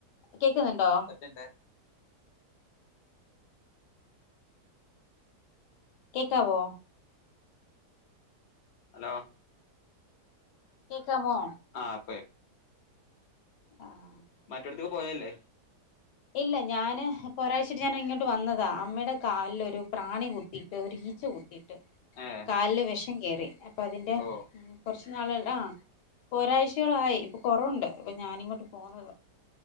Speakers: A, on the left; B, on the left.
A: കേക്കുന്നുണ്ടോ
B: ഒറ്റ മിനിറ്റെ
A: കേക്കാവോ
B: ഹലോ
A: കേക്കാമോ
B: ആ ഇപ്പോ
A: ആഹ്
B: മറ്റടത്ത്ക്ക് പോയേല്ലേ
A: ഇല്ല ഞാന് ഇപ്പൊരാഴ്ചയായിട്ട് ഞാനിങ്ങോട്ട് വന്നതാ അമ്മെടെ കാലിലൊരു പ്രാണി കുത്തീട്ട് ഒരു ഈച്ച കുത്തി ട്ട്
B: ഏ
A: കാലില് വിഷം കേറി അ പ്പതിന്റെ
B: ഓ
A: കൊറച്ച് നാള് ആ ഇപ്പൊരാഴ്ചയോളായി ഇപ്പൊ കൊറവുണ്ട് അപ്പൊ ഞാനിങ്ങോട്ട് പോന്നതാ